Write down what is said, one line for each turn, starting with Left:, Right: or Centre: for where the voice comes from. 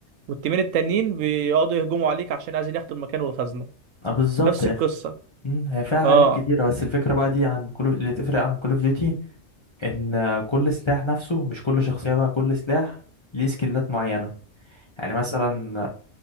Right: والتيمين التانيين بيقعدوا يهجموا عليك عشان عايزين ياخدوا المكان والخزنه
Left: اه بالظبط
Right: نفس
Left: يا
Right: القصه
Left: أخي. مم، هي فيها حاجات
Right: اه
Left: كتيرة بس الفكرة بقى دي عن كل اللي تفرق عن كل اوف ديوتي ان كل سلاح نفسه مش كل شخصية بقى كل سلاح ليه سكيلات معينة يعني مثلا